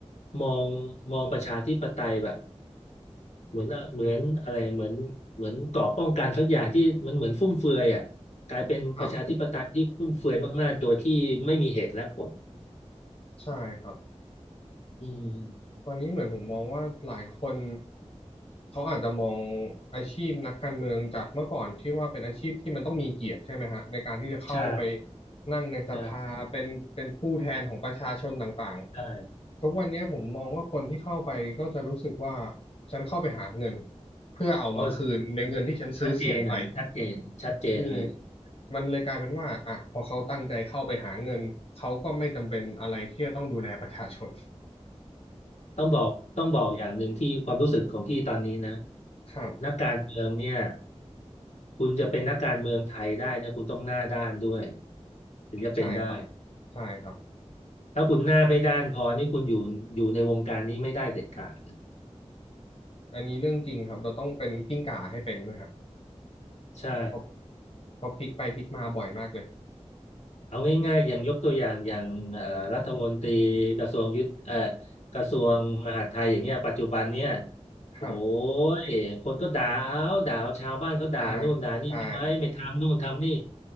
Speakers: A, on the left; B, on the left.
A: มองมองประชาธิปไตยแบบเหมือนเหมือนอะไรเหมือนเหมือนเกราะป้องกันสักอย่างที่มันเหมือนฟุ่มเฟือยอ่ะกลายเป็นประชาธิปไตยที่ฟุ่มเฟือยมากๆโดยที่ไม่มีเหตุและผล
B: ครับใช่ครับ
A: อืม
B: ตอนนี้เหมือนผมมองว่าหลายคนเขาอาจจะมองอาชีพนักการเมืองจากเมื่อก่อนที่ว่าเป็นอาชีพที่มันต้องมีเกียรติใช่ไหมฮะในการที่จะเข้าไป
A: ใช่
B: นั่งในสภาเป็นเป็นผู้แทนของประชาชนต่างๆทุกวันเนี้ยผมมองว่าคนที่เข้าไปก็จะรู้สึกว่า
A: ใช่ใช่
B: ฉันเข้าไปหาเงินเพื่อเอามาคืนในเงินที่ฉันซื้อเสียงไป
A: เพราะมันชัดเจนอ่ะชัดเจนชัดเจนเลย
B: อืมมันเลยกลายเป็นว่าอ่ะพอเขาตั้งใจเข้าไปหาเงินเขาก็ไม่จำเป็นอะไรที่จะต้องดูแลประชาชน
A: ต้องบอกต้องบอกอย่างหนึ่งที่ความรู้สึกของพี่ตอนนี้นะ
B: ครับ
A: นักการเมืองเนี่ย คุณจะเป็นนักการเมืองไทยได้เนี่ยคุณต้องหน้าด้านด้วยถึงจะเป็นได้
B: ใช่ครับใช่ครับ
A: ถ้าคุณหน้าไม่ด้านพอนี่คุณอยู่อยู่ในวงการนี้ไม่ได้เด็ดขาดเลย
B: อันนี้เรื่องจริงครับเราต้องเป็นกิ้งก่าให้เป็นด้วยฮะ
A: ใช่
B: เพราะเพราะพลิกไปพลิกมาบ่อยมากเลย
A: เอาง่ายๆอย่างยกตัวอย่างอย่างเอ่อรัฐมนตรีกระทรวงยุทธเอ่อกระทรวงมหาดไทยอย่างเงี้ยปัจจุบันเนี่ยโอ้
B: ครับ
A: ยคนก็ด่าเอาด่าเอาชาวบ้านเขาด่านู่นด่านี่ทำไมไม่ทำนู่นทำนี่
B: อ่าใช่